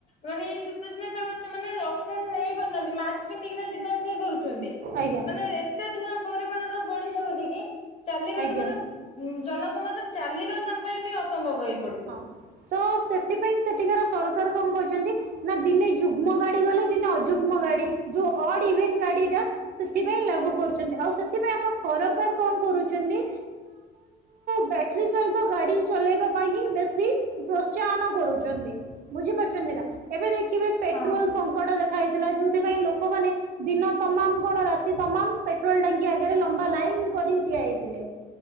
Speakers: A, on the left (about 40°); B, on the right (about 60°).
A: ମାନେ ଏଇ ଶୀତ ଦିନେ ତାଙ୍କର ସେମାନେ ଅକ୍ସିଜେନ୍ ନେଇ ପାରୁନାହାନ୍ତି। ମାସ୍କ ପିନ୍ଧିକିନା ଯିବା ଆସିବା କରୁ ଚନ୍ତି।
B: ଆଜ୍ଞା
A: ମାନେ ଏତେ ଧୂଆଁ ପରିମାଣ ର ବଢି ଯାଉଚି କି ଚାଲିବା
B: ଆଜ୍ଞା।
A: ତ ମାନେ ଉଁ ଜନସମାଜ ଚାଲିବା ତାଙ୍କ ପାଇଁ ବି ଅସମ୍ଭବ ହୋଇପଡୁଚି।
B: ହଁ ତ ସେଥିପାଇଁ ସେଠିକାର ସରକାର କଣ କରୁଛନ୍ତି ନା ଦିନେ ଯୁଗ୍ମ ଗାଡି ଗଲେ ଦିନେ ଅଯୁଗ୍ମ ଗାଡି ଯୋଉ ଅଡ୍ ଇଭିନ୍ ଗାଡ଼ି କ୍ୟା ସେଥିପାଇଁ ଲାଗୁ କରୁଚନ୍ତି। ଆଉ ସେଥିପାଇଁ ଆମ ସରକାର କଣ କରୁଚନ୍ତି ବ୍ୟାଟେରୀ ଚାଳିତ ଗାଡି ଚଲେଇବା ପାଇଁ ହିଁ ବେଶୀ ପ୍ରୋତ୍ସାହନ କରୁଚନ୍ତି। ବୁଝିପାରୁଛନ୍ତି ନା। ଏବେ ଦେଖିବେ ପେଟ୍ରୋଲ୍
A: ହଁ
B: ସ ସଙ୍କଟ ଦେଖା ହେଇଥିଲା। ଯୋଉଥି ପାଇଁ ଲୋକମାନେ ଦିନ ତମାମ୍ କଣ ରାତି ତମାମ୍ ପେଟ୍ରୋଲ ଟାଙ୍କି ଆଗରେ ଲମ୍ବା ଲାଇନ୍ କରି ଠିଆ ହେଇଥିଲେ।